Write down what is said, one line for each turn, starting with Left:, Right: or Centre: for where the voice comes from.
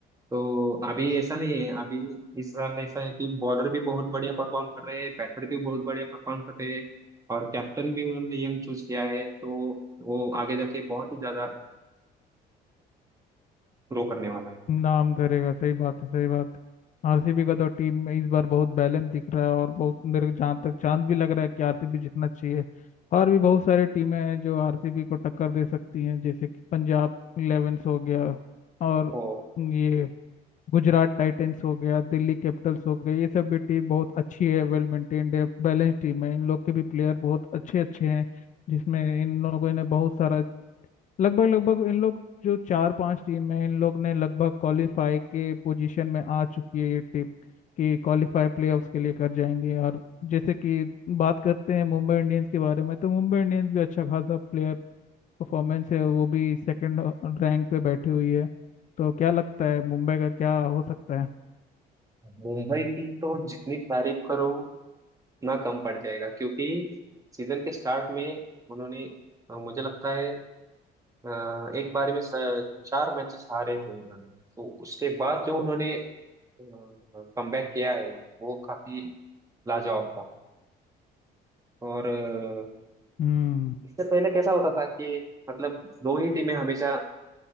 Right: तो अभी ऐसा नहीं है अभी इस साल ऐसा है कि बॉलर भी बहुत बढ़िया परफॉर्म कर रहे हैं बैटर भी बहुत बढ़िया परफॉर्म कर रहे हैं और कैप्टन भी उन्होंने यंग चूज किया है तो वो आगे जाके बहुत ही ज्यादा ग्रो करने वाला है
Left: नाम करेगा सही बात है सही बात है आरसीबी का तो टीम में इस बार बहुत बैलेंस दिख रहा है और बहुत मेरे को जहाँ तक चांद भी लग रहा है कि आरसीबी जितना चाहिए और भी बहुत सारी टीमें हैं जो आरसीबी को टक्कर दे सकती हैं जैसे कि पंजाब इलेवेंस हो गया और
Right: तो
Left: ये गुजरात टाइटंस हो गया दिल्ली कैपिटल्स हो गई ये सब भी टीम बहुत अच्छी है वेल मेंटेन्ड है बैलेंस टीम है इन लोग के भी प्लेयर बहुत अच्छे अच्छे हैं जिसमें इन लोगों ने बहुत सारा लगभग लगभग इन लोग जो चार पांच टीम है इन लोग ने लगभग क्वालिफाई के पोजीशन में आ चुकी है ये टीम कि क्वालिफाई प्लेऑफ्स के लिए कर जाएंगे और जैसे कि बात करते हैं मुंबई इंडियंस के बारे में तो मुंबई इंडियंस भी अच्छा खासा प्लेयर परफॉर्मेंस है वो भी सेकंड रैंक पे बैठी हुई है तो क्या लगता है मुंबई का क्या हो सकता है
Right: मुंबई की तो जितनी तारीफ करो ना कम पड़ जाएगा क्योंकि सीजन के स्टार्ट में उन्होंने अ, मुझे लगता है अ, एक बार में स- चार मैचेस हारे थे उन्होंने तो उसके बाद जो उन्होंने कमबैक किया है वो काफी लाजवाब था और अ,
Left: हम्म
Right: इससे पहले कैसा होता था कि मतलब दो ही टीमें हमेशा अ,